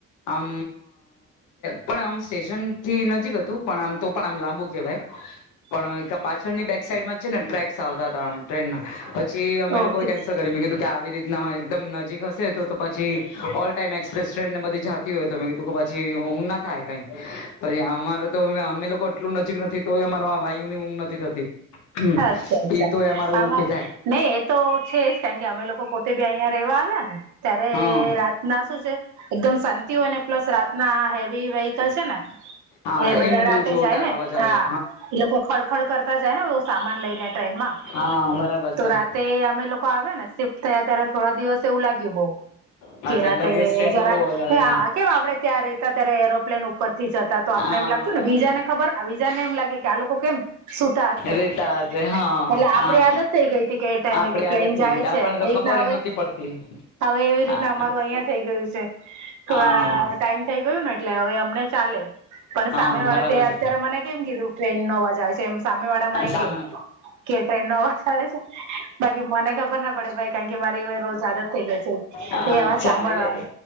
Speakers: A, on the left; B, on the right.
A: આમ પણ આમ સ્ટેશન થી નજીક હતું પણ આમ તો પણ આમ લાબુ કેવાય.
B: હ <inaudible>
A: પણ પાછળની બેક સાઈડમાં છે ને ટ્રેક્સ આવતા હતા આમ ટ્રેન ના. પછી અમે
B: ઓકે
A: લોકોએ કેન્સલ કરી મે કીધું કે આવી રીતના એકદમ નજીક હશે તો પછી, ઓલ ટાઈમ એક્સપ્રેસ ટ્રેન ને બધી જતી હોય તો મેં કીધું કે પછી હું ના થાય કઈ. પછી અમારે તો અમે લોકો એટલું નજીક નથી તોય અમારા વાયુ ની ઊંઘ નથી થતી. હમ
B: અચ્છા અચ્છા,
A: એ તો અમારો
B: આમાં
A: દુઃખી થાય
B: નહી એ તો છે જ કારણ કે અમે લોકો પોતે બી અહિયાં રેવાનું ને ત્યારે
A: હા
B: રાત ના શું છે, એકદમ હોય અને પ્લસ રાતના હેવી વેહકલ છે ને
A: હા
B: એ બધા
A: એનું
B: રાતે
A: બહુ જોરદાર
B: જાય ને
A: અવાજ
B: હા
A: આવે
B: એ લોકો ખડખડ કરતા જાય ને લ ટ્રેનમાં,
A: હા બરાબર
B: તો
A: છે
B: રાતે અમે લોકો આવ્યાને સફ થયા ત્યારે થોડા દિવસ એવું લાગ્યું બઉુ.
A: અચ્છા
B: કેરાતે
A: લગેજ ટ્રેન
B: જરા
A: નું બહુ અવાજ આવે
B: કે આપડે ત્યાં રેતા ત્યારે એરોપ્લેન ઉપર ઉપરથી જતા તો આપને
A: હા
B: એમ લાગતું ને બીજા ને ખબર બીજા ને એમ લાગે કે આ લોકો કેમ સુતા હશે.
A: રેતા
B: એટલે
A: હશે હા
B: આપડે
A: હા
B: યાદ જ થઇ ગઈ હતી કે એ ટાઈમે
A: આપડી
B: કે પ્લેન
A: આદત થઈ
B: જાય
A: ગઈ આપણને
B: છે, એ
A: તો
B: રીતના
A: ખબર
B: આવે.
A: નહોતી પડતી
B: હવે એવી
A: હા
B: રીતના અમારું અહિયાં થઈ ગયું છે, થોડા
A: હા
B: ટાઈમ થઈ ગયું ને એટલે હવે અમને ચા પણ
A: હા
B: સામે વાળા
A: બરાબર
B: તે અત્યારે
A: છે
B: મને કેમ કીધું ટ્રેન નોવાજ છે, એમ સામે વાળા મને.
A: સામે
B: કે ટ્રેન નો અવાજ આવે છે, બાકી મને ખબર ના પડે ભાઈ. કારણ કે મારી રોજ આદ જ થઈ ગાય છે.
A: હા
B: એ
A: અચ્છા
B: અવાજ સાંભળવાની
A: એટલે